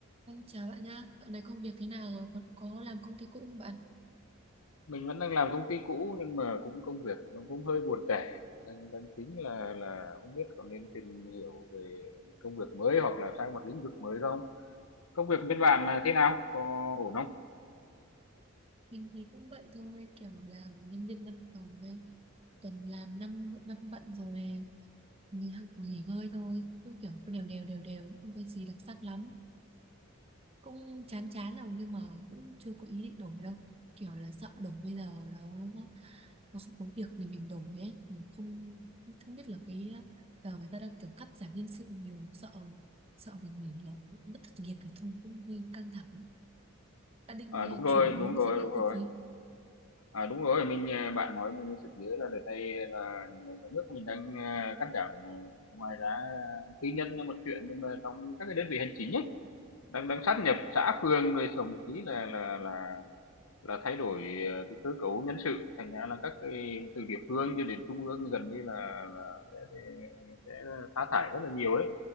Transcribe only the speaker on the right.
Vâng, chào bạn nhá. Dạo này công việc thế nào rồi? Còn có làm công ty cũ không bạn?
Mình thì cũng vậy thôi, kiểu làm nhân viên văn phòng đây. Tuần làm năm năm bận rồi, mình học nghỉ ngơi thôi. Cứ kiểu cứ đều đều đều đều, không có gì đặc sắc lắm. cũng chán chán rồi nhưng mà cũng chưa có ý định đổi đâu kiểu là sợ đổi bây giờ nó nó nó không có việc để mình đổi ấy mình không không biết là cái giờ người ta đang kiểu cắt giảm nhân sự nhiều sợ sợ mình nghỉ là mất thất nghiệp thì thôi cũng hơi căng thẳng đã định
ờ,
chuyển hướng
sang lĩnh
vực
gì